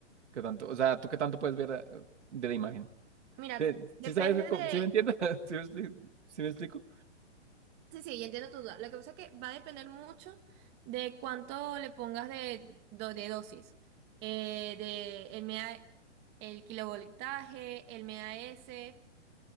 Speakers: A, on the right (about 75°); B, on the right (about 30°).
A: ¿Qué tanto? O sea, ¿tú qué tanto puedes ver eh, de la imagen?
B: Mira,
A: Sí,
B: depende
A: sí sabes, cómo-
B: de...
A: sí me entiendes? <laughs> ¿Sí me explico? ¿Sí me explico?
B: Sí, sí, yo entiendo tu duda. Lo que pasa es que va a depender mucho de cuánto le pongas de, do- de dosis, eh, de el, mea- el kilovoltaje, el MAS.